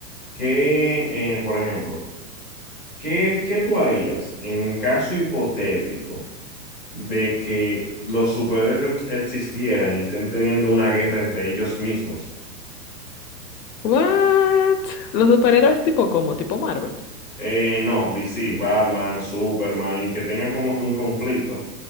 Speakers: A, in the centre; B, on the left.
A: ¿qué, eh, por ejemplo, ¿qué, qué tú harías en un caso hipotético de que los superhéroes ex- existieran y estén teniendo una guerra entre ellos mismos?
B: What? ¿Los superhéroes tipo cómo? ¿Tipo Marvel?
A: Eh, no, DC, Batman, Superman, y que tengan como que un conflicto